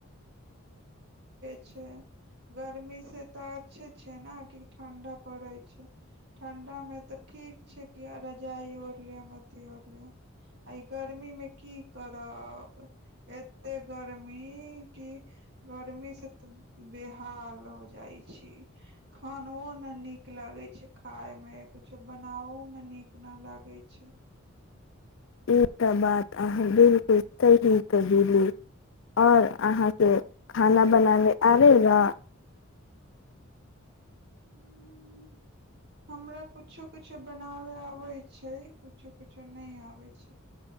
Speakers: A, on the right; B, on the left.
A: छैय गर्मी से तऽ अच्छे छै न कि ठंडा पड़ै छै ठंडा मे तऽ ठीक छै कि रजाइ ओढ लिय अथी ओढ लिय आ ई गर्मी मे की करब एते गर्मी मी कि गरमी से त बेहाल हो जाइ छी खानओ न निक निका लागे छै खाय मे कुछो बनावो मे नीक न लागे छै
B: ई त बात अहाँ बिलकुल सही कहिली आओर अहाँके खाना बनाबे आबै य
A: ह हमरा कुछो कुछो बनाबय आबै छै किछो कछो नहि आबै छै